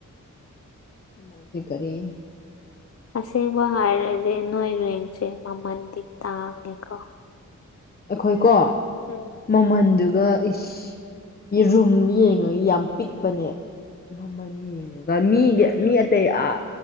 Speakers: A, on the left (about 30°); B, on the left (about 50°).
A: ꯃꫭꯏꯖꯦ ꯒꯥꯔꯤ
B: ꯑꯁꯦꯡꯕ ꯍꯥꯏꯔꯗꯤ ꯅꯣꯏ ꯔꯦꯟꯁꯦ ꯃꯃꯟꯗꯤ ꯇꯥꯡꯉꯦꯀꯣ꯫
A: ꯑꯩꯈꯣꯏ ꯀꯣ꯫
B: ꯎꯝ꯫
A: ꯃꯃꯜꯗꯨꯒ ꯏꯁ ꯔꯨꯝ ꯌꯦꯡꯉꯒ ꯌꯥꯝ ꯄꯤꯛꯄꯅꯦ꯫ ꯃꯅꯤꯗꯨꯒ ꯃꯤꯒꯤ ꯃꯤ ꯑꯇꯩ ꯑꯥ